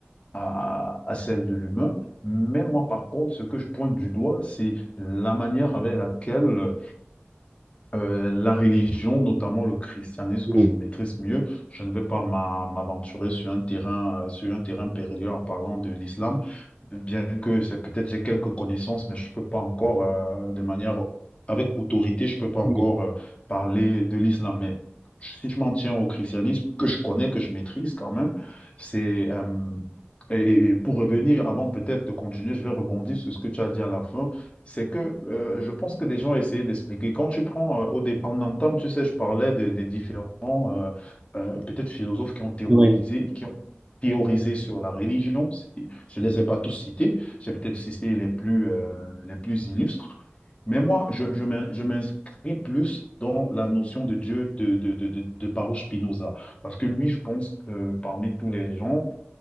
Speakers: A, on the left (about 30°); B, on the right (about 20°).
A: à, à celle de l'humain. Mais moi, par contre, ce que je pointe du doigt, c'est la manière avec laquelle euh, la religion, notamment le christianisme
B: oui,
A: que je maîtrise mieux. Je ne vais pas m'a- m'aventurer sur un terrain, euh, sur un terrain périlleux en parlant de l'islam, bien que c'est peut-être j'ai quelques connaissances, mais je ne peux pas encore, euh, de manière avec autorité, je ne peux pas encore
B: oui,
A: euh, parler de l'islam. Mais si je m'en tiens au christianisme, que je connais, que je maîtrise quand même, c'est euh, Et et pour revenir, avant peut-être de continuer, je vais rebondir sur ce que tu as dit à la fin c'est que euh, je pense que des gens essayaient d'expliquer. Quand tu prends, euh, au départ en entame, tu sais, je parlais des des différents, euh, euh, peut-être philosophes qui ont théorisé,
B: oui, oui,
A: qui ont théorisé sur la religion. C'est- Je ne les ai pas tous cités, j'ai peut-être cité les plus, euh, les plus illustres. Mais moi, je, je m'in- je m'inscris plus dans la notion de Dieu de, de, de, de, de Baruch Spinoza. Parce que lui, je pense que parmi tous les gens,